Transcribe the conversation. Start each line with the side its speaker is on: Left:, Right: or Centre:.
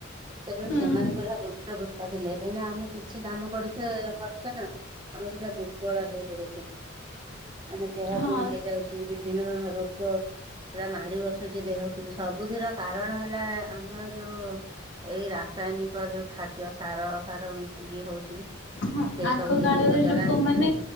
Right: ସେତେବେଳେ
Left: ହୁଁ।
Right: ସେମାନେ ପୁରା ହୃଷ୍ଟ ପୃଷ୍ଟ ଥିଲେ ଏଇନା ଆମେ କିଛି କାମ କରିଛେ କରିଛେ ନା ଆମେ ପୁରା ଦୁର୍ବଳ ହେଇ ପଡୁଛେ ମାନେ ଦେହ
Left: ହଁ
Right: କଣ ହେଇଯାଉଛି ବିଭିନ୍ନ ରୋଗ ପୁରା ମାଡି ବସୁଛି ଦେହକୁ ସବୁଥିର କାରଣ ହେଲା ଆମର ଯୋଉ ଏଇ ରାସାୟନିକ ଯୋଉ ଖାଦ୍ୟ ସାର ସାର ମିଶିକି ହଉଛି
Left: ହ
Right: ସେଇ
Left: ଆଗ
Right: ସବୁ
Left: କାଳରେ
Right: ଜିନିଷ ଦ୍ଵାରା
Left: ଲୋକ ମାନେ